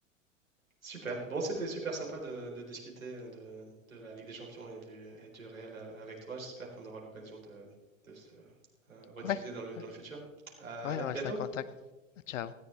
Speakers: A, on the right; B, on the left.
A: Super. Bon, c'était super sympa de, de discuter de, de la Ligue des Champions et du, et du Real a- avec toi. J'espère qu'on aura l'occasion de, de se euh, rediscuter
B: Ouais,
A: dans le, dans
B: ouais.
A: le futur. à
B: Ouais,
A: à
B: on reste
A: bientôt.
B: en contact. Ciao.